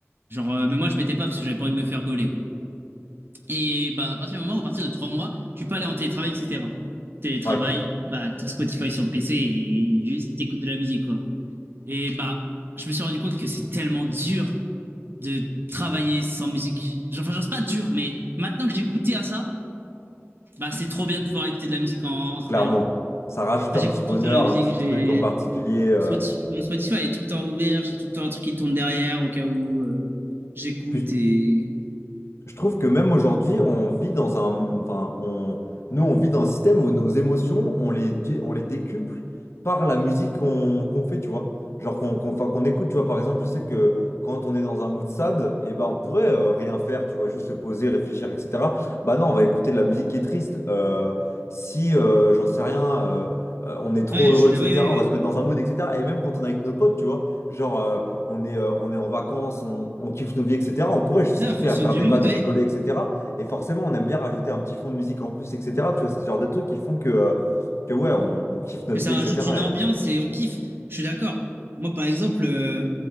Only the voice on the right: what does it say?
Genre, euh, mais moi, je mettais pas parce que j'avais pas envie de me faire gauler. Et bah, à partir du moment, à partir de trois mois, tu peux aller en télétravail, etc. Télétravail,
bah, tout Spotify sur le PC et juste t'écoutes de la musique, quoi. Et bah, je me suis rendu compte que c'est tellement dur de travailler sans musique. Enfin, genre, c'est pas dur, mais maintenant que j'ai goûté à ça, bah, c'est trop bien de pouvoir écouter de la musique en, en travaillant.
Moi,
j'écoute
tout le temps de la musique,
j'ai.
Mon Spotify, mon Spotify est tout le temps ouvert, j'ai tout le temps un truc qui tourne derrière au cas où euh, j'écoute
et.
Ouais,
je fais de
la- Oui, oui, oui.
Ouais,
en fonction
du
mood,
oui.
que ça
rajoute une ambiance
et on kiffe. Je suis d'accord. Moi, par exemple, euh,